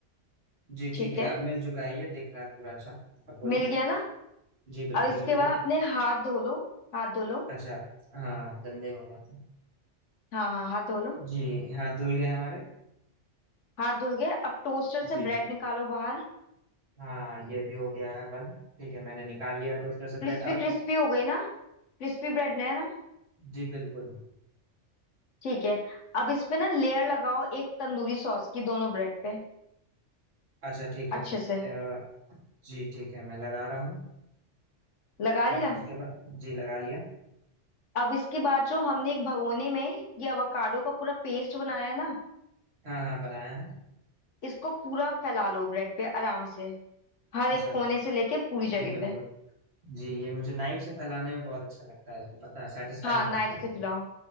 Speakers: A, on the right; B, on the left.
A: जी
B: ठीक
A: ठीक है
B: है
A: अब मिल चुका है ये दिख रहा है पूरा अच्छा अब बोलिए
B: मिल गया ना
A: जी बिल्कुल
B: अब इसके
A: मिल
B: बाद
A: गया
B: अपने हाथ धो लो हाथ धो लो
A: अच्छा हाँ गंदे हो गए थे
B: हाँ हाँ हाथ धो लो
A: जी हाँ धुल गए हमारे
B: हाथ धुल गए अब टोस्टर
A: जी
B: से ब्रेड निकालो बाहर
A: हाँ ये भी हो गया है बंद ठीक है मैंने निकाल लिया टोस्टर से ब्रेड
B: क्रिस्पी
A: अब
B: क्रिस्पी हो गई ना क्रिस्पी ब्रेड ने है ना
A: जी बिल्कुल
B: ठीक है अब इस पे ना लेयर लगाओ एक तंदूरी सॉस की दोनों ब्रेड पे
A: अच्छा ठीक है
B: अच्छे
A: अ,
B: से
A: जी ठीक है मैं लगा रहा हूँ
B: लगा लिया
A: अब उसके बाद जी लगा लिया
B: अब इसके बाद जो हमने एक भगोने में ये अवोकाडो का पूरा पेस्ट बनाया है ना
A: हाँ हाँ बनाया है
B: इसको पूरा फैला लो ब्रेड पे आराम से हर
A: अच्छा
B: एक कोने से लेके पूरी
A: जी
B: जगह
A: बिल्कुल
B: पे
A: जी ये मुझे नाइफ से फैलाने में बहुत अच्छा लगता है इसको पता है सेटिस्फाइंग
B: हाँ नाइफ
A: लगता है
B: से
A: पूरा
B: फैलाओ